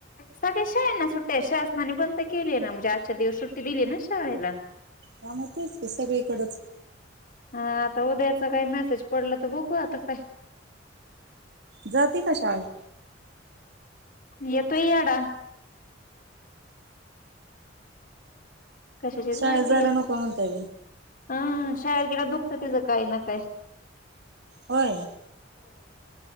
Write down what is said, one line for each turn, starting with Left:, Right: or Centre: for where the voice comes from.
Left: सगळ्या शाळेनां सुट्ट्या ए... शासनाने बंद केलीय ना म्हणजे आजच्या दिवस सुट्टी दिली ना शाळेला
Right: हा मग तेच की सगळीकडच
Left: हा... आता उद्याचं काई मेसेज पडलं तर बगु आता काय
Right: जाती का शाळेत?
Left: येतोय यडा कशाची
Right: शाळेत
Left: जातीये,
Right: जायला नको म्हणताय
Left: हं शाळेत गेल्यावर दुखतं तिचं काही ना काही.
Right: होय